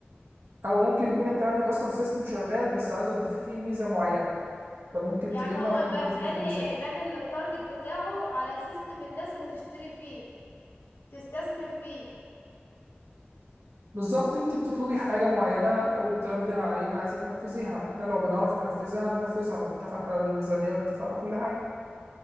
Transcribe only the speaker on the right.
او ممكن يكون انت عندك اصلا سيستم شغال بس عايزه تضيفي فيه ميزه معينه فممكن
تجي لنا
واحنا
نضيف
لك الميزه دي
بالظبط انت بتطلبي حاجه معينه وبتعرضيها علينا عايزه تنفذيها احنا لو بنعرف ننفذها ننفذها ونتفق على الميزانيه ونتفق على كل حاجه